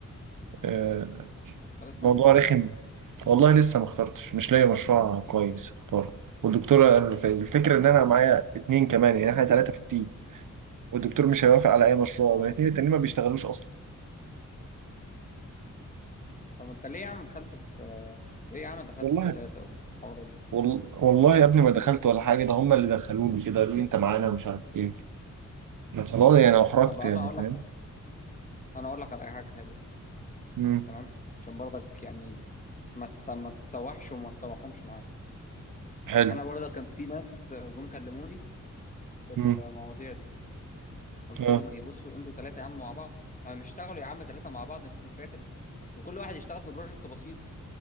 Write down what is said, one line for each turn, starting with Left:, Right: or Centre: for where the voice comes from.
Right: آه،
Left: أنت لسه
Right: موضوع
Left: ما اخترتش
Right: رخم والله لسه ما اخترتش مش لاقي مشروع كويس اختاره والدكتور قال- الفكرة ان انا معايا اتنين كمان يعني احنا تلاتة في التيم والدكتور مش هيوافق على اي مشروع
Left: اه
Right: والاتنين التانيين ما بيشتغلوش اصلا
Left: طب انت ليه يا عم دخلت في آه، ليه يا عم دخلت
Right: والله
Left: ثلاثة والحوارات دي
Right: وال- والله يا ابني ما دخلت ولا حاجة ده هم اللي دخلوني كده قالوا لي انت معانا مش عارف ايه والله يعني احرجت
Left: طب انا
Right: يعني
Left: هقول لك
Right: فاهم
Left: انا هقول لك على حاجة حلوة
Right: مم.
Left: تمام عشان برضك يعني ما تس... ما تتسوحش وما تسوحهمش معايا
Right: حلو
Left: انا برضك كان في ناس جم كلموني في المواضيع
Right: مم.
Left: دي قلت
Right: اه
Left: لهم ايه بصوا انتوا ثلاثة يا عم مع بعض أم اشتغلوا يا عم ثلاثة مع بعض مفيش مشاكل وكل واحد يشتغل في بروجكت بسيط